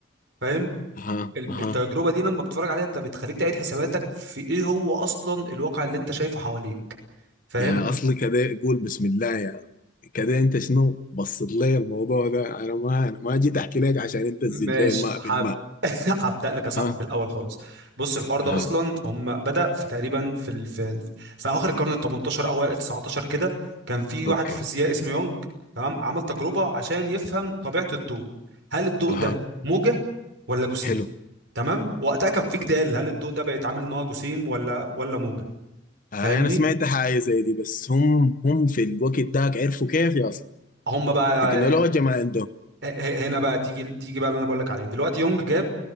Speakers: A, on the right; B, on the left.
A: فاهم
B: اها
A: ال-
B: اها
A: التجربة دي لما بتتفرج عليها انت بتخليك تعيد حساباتك في ايه هو اصلا الواقع اللي انت شايفه حواليك فاهم
B: يا اصلي كده قول بسم الله يا كده انت شنو بصت لي الموضوع ده انا ما انا ما جيت احكي لك عشان انت تزيد
A: ماشي
B: لي الماء
A: حب
B: بالماء
A: <laughs> هبدأ لك يا صاحبي
B: ها
A: بالأول خالص بص الحوار ده
B: ها
A: أصلا هم بدأ في تقريبا في ال... في, ال... في آخر القرن ال 18 أوائل ال 19 كده كان في واحد
B: اوكي
A: فيزيائي اسمه يونج تمام عمل تجربة عشان يفهم طبيعة الضوء هل الضوء
B: اها
A: ده موجة ولا جسيم
B: حلو
A: تمام وقتها كان في جدال هل الضوء ده بيتعامل ان هو جسيم ولا ولا موجه
B: آه
A: فاهمني
B: انا سمعت حاجه زي دي بس هم هم في الوقت داك عرفوا كيف يا اصلي
A: هم بقى
B: تكنولوجيا ما عندهم
A: ه- ه- هنا بقى تيجي تيجي بقى اللي انا بقول لك عليه دلوقتي يونج جاب